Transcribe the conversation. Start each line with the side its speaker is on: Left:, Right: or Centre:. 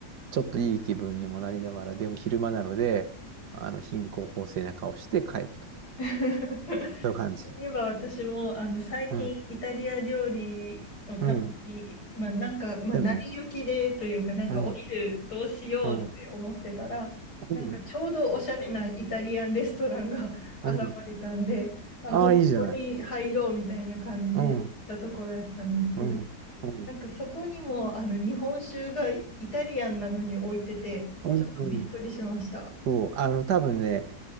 Right: ちょっといい気分にもなりながら、でも昼間なので、あの、貧困法制な顔して帰ると。
Left: <laughs>
Right: そういう感じ。
Left: 言えば私もあの最近イタリア料理を食べに、
Right: うんうん。
Left: まあ、なんか、まあ、
Right: 来たね。
Left: 成り行きでというかなんかお昼どうしようって思ってたらなんかちょうどおしゃれなイタリアンレストランが
Right: うん。うん。うん。
Left: <laughs> 現れたんであもうここに入ろうみたいな感じで行ったところやったんですけど
Right: うん。ああ、いいじゃない。うん。うん。うん。
Left: なんかそこにもあの日本酒がイタリアンなのに置いててちょっとびっくりしました。
Right: うん。そう。あの、多分ね、